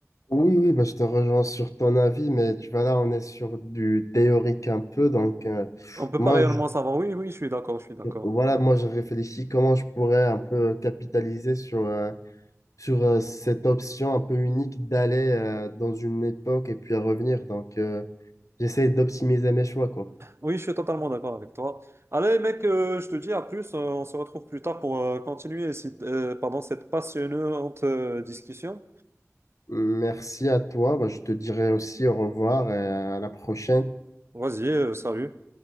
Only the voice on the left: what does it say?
Oui, oui, bah, je te rejoins sur ton avis, mais tu vois, là, on est sur du théorique un peu. Donc, euh,
moi,
je, voilà, moi, je réfléchis comment je pourrais un peu capitaliser sur, euh, sur euh, cette option un peu unique d'aller euh, dans une époque et puis à revenir. Donc, euh, j'essaie d'optimiser mes choix, quoi.
Merci à toi. Bah, je te dirai aussi au revoir et à la prochaine.